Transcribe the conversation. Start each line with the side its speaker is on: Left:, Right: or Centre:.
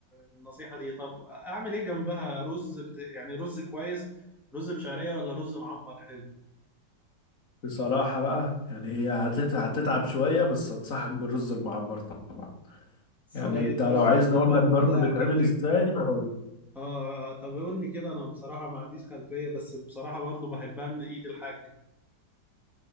Centre: النصيحة دي طب أعمل إيه جنبها رز بت... يعني رز كويس رز بشعرية ولا رز معمر حلو
Left: بصراحة بقى يعني هي هتت- هتتعب شوية بس انصحك بالرز المعمر طبعا
Centre: صينية
Left: يعني انت لو
Centre: رز
Left: عايزني اقول
Centre: معمر
Left: لك برضه
Centre: كده
Left: بيتعمل
Centre: أكنك
Left: ازاي هقول لك
Centre: آه آه، طب قول لي كده أنا بصراحة ما عنديش خلفية بس بصراحة برضو بحبها من إيد الحاجة